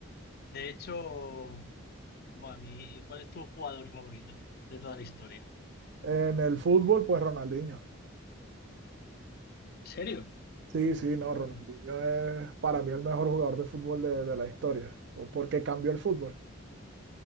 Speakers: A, on the left (about 45°); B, on the right (about 55°).
A: de hecho, bueno, mi- ¿cuál es tu jugador favorito de toda la historia?
B: En el fútbol, pues Ronaldinho.
A: ¿En serio?
B: Sí, sí, no,
A: Mm,
B: Ronaldinho es para mí el mejor jugador de fútbol de, de la historia, o porque cambió el fútbol,